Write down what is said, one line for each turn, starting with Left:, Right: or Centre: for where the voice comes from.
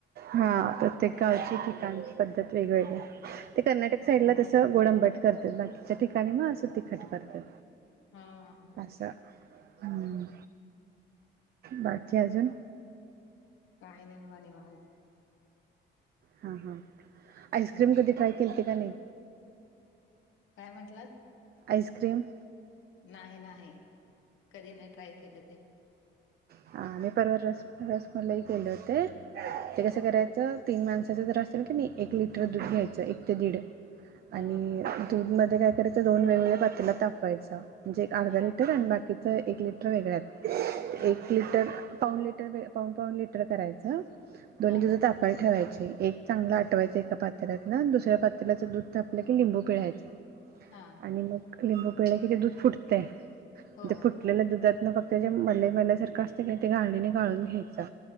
Right: हां प्रत्येक गावची ठिकाण पद्धत वेगवेगळे. ते कर्नाटक
Left: हो
Right: साईडला तसं गोड आंबट करतात, बाकीच्या ठिकाणी मग असं तिखट करतात.
Left: हां हां.
Right: असं हम्म, बाकी अजून!
Left: काय नाही बाबा निवांत.
Right: हां हां आईस्क्रीम
Left: हम्म.
Right: कधी ट्राय केलती का नाही?
Left: काय म्हंटलात?
Right: आईसक्रीम!
Left: नाही नाही कधी नाही ट्राय केलं ते.
Right: हां मी परवा रस रसमलाई केले होते. ते
Left: हो.
Right: कसं करायचं? तीन माणसाचं जर असेल की नाही, एक लिटर दूध घ्यायचं एक ते दीड.
Left: हां,
Right: आणि दूध मध्ये काय करायचं दोन वेगवेगळ्या पातील्यात तापवायंच. म्हणजे एक अर्धा
Left: हां,
Right: लिटर आणि बाक कीच एक लिटर वेगळ्यात
Left: हां.
Right: एक लिटर पाऊण लिटर पाऊण पाऊण लिटर करायचं. दोन्ही
Left: हां,
Right: दूध ताप पायला ठेवायचे. एक चांगल आटवायच एका पातील्यातल आणि दुसऱ्या पातील्याच दूध तापलं की लिंबू पिळायचं.
Left: हां.
Right: आणि मग लिंबू पिळले की ते दूध फुटतंय आणि
Left: हो.
Right: ते फुट आपल्याला दुधातन फक्त जे मलई मलईसारखं असतंय की नाही ते गाळणीने गाळून घ्यायचं.